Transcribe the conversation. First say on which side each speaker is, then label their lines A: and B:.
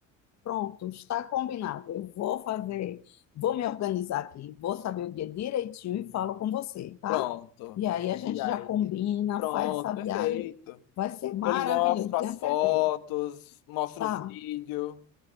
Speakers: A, on the left (about 50°); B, on the left (about 75°).
A: pronto, está combinado. Eu vou fazer, vou me organizar aqui, vou saber o dia direitinho e falo com você, tá?
B: Pronto.
A: E aí a gente
B: E aí?
A: já combina,
B: Pronto,
A: faz essa
B: perfeito.
A: viagem, vai ser maravilhoso,
B: Eu lhe mostro
A: tenho
B: as
A: certeza.
B: fotos, mostro
A: Tá.
B: o vídeo.